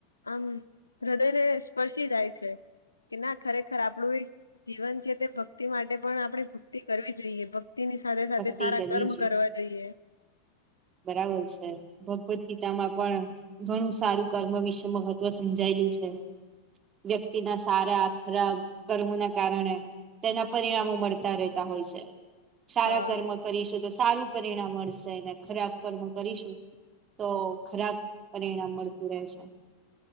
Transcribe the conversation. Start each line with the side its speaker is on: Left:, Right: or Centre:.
Left: આમ હૃદયને સ્પર્શી જાય છે. કે ના ખરેખર આપણું જીવન છે તે ભક્તિ માટે પણ આપણે ભક્તિ કરવી જોઈએ. એની સાથે સાથે
Right: ભક્તિ
Left: સારા
Right: કરવી
Left: કર્મ કરવા જોઈએ.
Right: બરાબર છે... ભગવદ ગીતા માં પણ ઘણું સારું કર્મ વિશે મહત્વ સમજાયેલું છે. વ્યક્તિના સારા ખરાબ કર્મો ના કારણે! તેના પરિણામો મળતા રહેતા હોય છે. સારા
Left: હા
Right: કર્મ કરીશું તો સારું પરિણામ મળશે એને ખરાબ કર્મ કરીશું તો ખરાબ પરિણામ મળતું રહે છે.